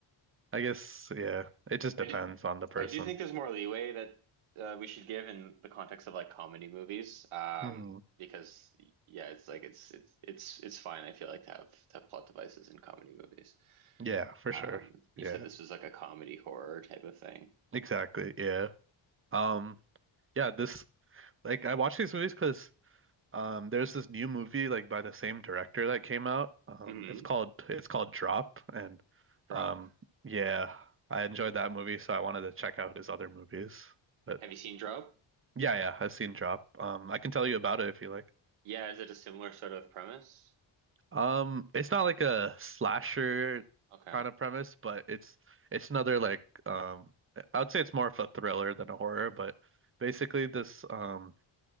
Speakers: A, on the right; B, on the right.
A: I guess, yeah, it just depends
B: I do,
A: on the person.
B: I do think there's more leeway that uh, we should give in the context of like comedy movies, um,
A: Mhm.
B: because yeah, it's like it's it's it's it's fine. I feel like to have to have plot devices in comedy movies.
A: Yeah, for
B: Um,
A: sure.
B: you
A: Yeah,
B: said this was like a comedy horror type of thing.
A: exactly. Yeah. Um, yeah, this like I watch these movies because um there's this new movie like by the same director that came out. Um
B: hmm
A: it's called it's called Drop and
B: Drop.
A: um yeah, I enjoyed that movie so I wanted to check out his other movies. but.
B: Have you seen Drop?
A: Yeah, yeah, I've seen Drop. Um, I can tell you about it if you like.
B: Yeah, is it a similar sort of premise?
A: Um, it's not like a slasher
B: Okay.
A: kind of premise, but it's it's another like um, I would say it's more of a thriller than a horror. But basically, this um